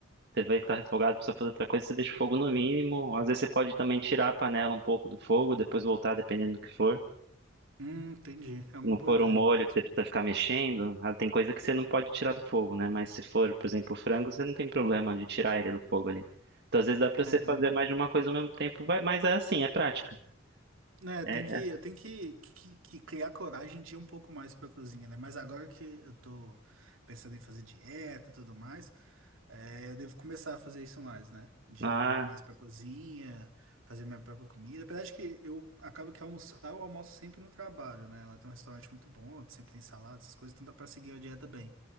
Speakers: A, on the right; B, on the right.
A: Teve vezes que tá refogado, precisa fazer outra coisa, você deixa o fogo no mínimo. Às vezes você pode também tirar a panela um pouco do fogo, depois voltar, dependendo do que for.
B: hum, entendi. É uma
A: Se não
B: boa
A: for
B: ideia
A: um molho
B: mesmo.
A: que você precisa ficar mexendo, ah, tem coisa que você não pode tirar do fogo, né? Mas se for, por exemplo, o frango, você não tem problema de tirar ele do fogo ali. Então, às vezes dá pra
B: né
A: você fazer mais de uma coisa ao mesmo tempo, vai- mas é assim, é prática.
B: Né,
A: É,
B: tem que,
A: é-
B: eu tenho que, que, que criar coragem de ir um pouco mais pra cozinha, né? Mas agora que eu tô pensando em fazer dieta e tudo mais, é, eu devo começar a fazer isso mais, né? De
A: ah,
B: ir um pouco mais pra cozinha, fazer minha própria comida. Apesar de que eu acabo que almoçar, eu almoço sempre no trabalho, né? Lá tem um restaurante muito bom, sempre tem salada, essas coisas, então dá pra seguir a dieta bem.